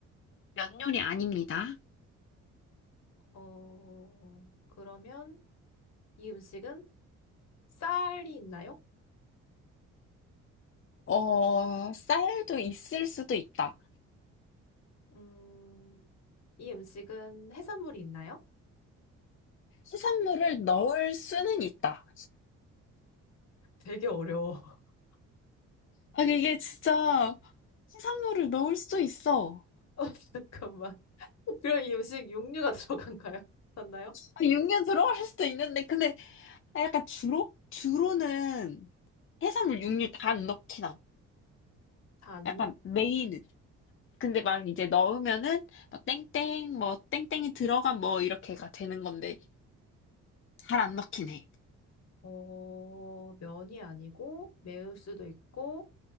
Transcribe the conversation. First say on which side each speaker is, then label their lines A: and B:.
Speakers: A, on the left; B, on the left.
A: 면 요리 아닙니다.
B: 어, 그러면 이 음식은 쌀이 있나요?
A: 어, 쌀도 있을 수도 있다.
B: 음, 이 음식은 해산물이 있나요?
A: 해산물을 넣을 수는 있다.
B: 되게 어려워. <laughs>
A: 아, 이게 진짜 해산물을 넣을 수도 있어.
B: 어, 잠깐만. 그럼 이 음식 육류가 들어간가요? <laughs> 맞나요?
A: 아, 육류 들어갈 수도 있는데, 근데 아, 약간 주로? 주로는 해산물, 육류 다 넣긴 나
B: 잔먹
A: 약간 메인은. 근데 막 이제 넣으면은 막 땡땡 뭐 땡땡이 들어간 뭐 이렇게가 되는 건데 잘 안 넣긴 해.
B: 어, 면이 아니고 매울 수도 있고,